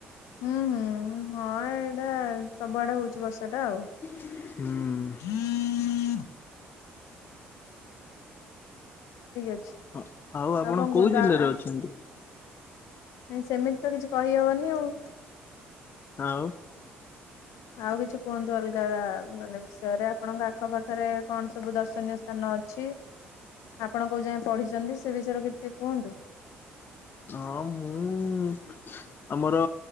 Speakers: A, on the left (about 80°); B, on the left (about 40°).
A: ହୁଁ ହୁଁ ହଁ ଏଇଟା ସବୁଆଡେ ହଉଛି ବର୍ଷା ଟା ଆଉ।
B: ହୁଁ।
A: ଠିକ୍ ଅଛି।
B: ହଁ ଆଉ ଆପଣ
A: କଣ କୁହନ୍ତୁ
B: କୋଉ ଜିଲ୍ଲାରେ
A: ଆ ଆ
B: ଅଛନ୍ତି?
A: ନାଇଁ ସେମିତି ତ କିଛି କହିହବନି ଆଉ।
B: ଆଉ।
A: ଆଉ କିଛି କୁହନ୍ତୁ ଅଲଗା ମାନେ ବିଷୟରେ, ଆପଣଙ୍କ ଆଖ ପାାଖରେ କଣ ସବୁ ଦର୍ଶନୀୟ ସ୍ଥାନ ଅଛି, ଆପଣ କୋଉ ଯାଏଁ ପଢିଛନ୍ତି, ସେ ବିଷୟରେ ଟିକେ କୁହନ୍ତୁ?
B: ଆଉ ମୁଁ ଆମର